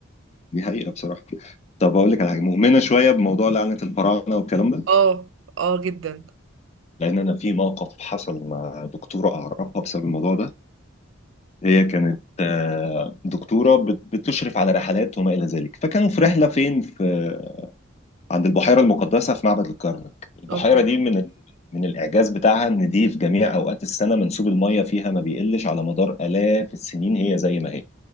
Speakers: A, on the left; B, on the right.
A: دي حقيقه بصراحه طب اقول لك على حاجه مؤمنه شويه بموضوع لعنه الفراعنه والكلام ده
B: اه اه جدا
A: لان انا في موقف حصل مع دكتوره اعرفها بسبب الموضوع ده هي
B: م،
A: كانت آه، دكتورة بت- بتشرف على رحلات وما إلى ذلك فكانوا في رحلة فين في عند البحيرة المقدسة في معبد الكرنك البحيرة
B: اوكي
A: دي من ال... من الإعجاز بتاعها إن دي في جميع أوقات السنة منسوب المية فيها ما بيقلش على مدار آلاف السنين هي زي ما هي